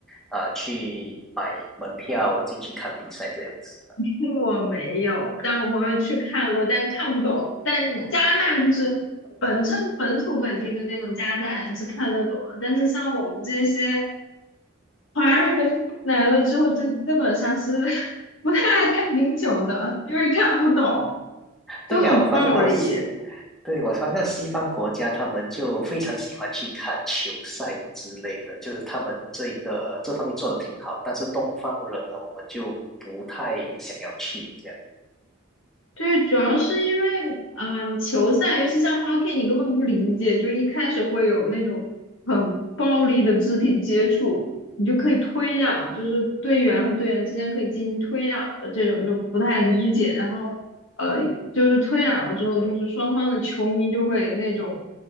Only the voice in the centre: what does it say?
啊，去买门票进去看比赛这样子的
对呀，我发现到西，对，我发现到西方国家他们就非常喜欢去看球赛之类的，就是他们这个这方面做的挺好，但是东方人呢，我们就不太想要去这样。